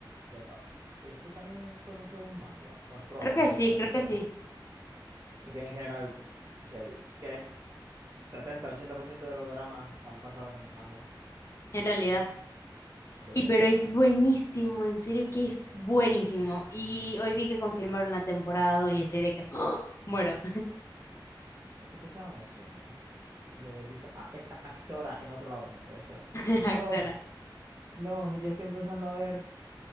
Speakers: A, on the right; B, on the left.
A: ya va. Esto también fue pasado de un mangua. Bueno, es probable,
B: Creo que
A: es que
B: sí,
A: casi
B: creo
A: todo.
B: que sí,
A: Es que en general, el que setenta ochenta por ciento de los dramas están basados en mangua.
B: en realidad.
A: Entonces,
B: Y pero
A: bueno,
B: es buenísimo, en serio que es buenísimo. Y hoy vi que confirmaron la temporada 2 y estoy de que ¡Ah! muero,
A: esta chava me suena. Siento haber visto a esta actora en otro lado, no puede ser.
B: <laughs>
A: No,
B: actora.
A: no, ya estoy empezando a ver.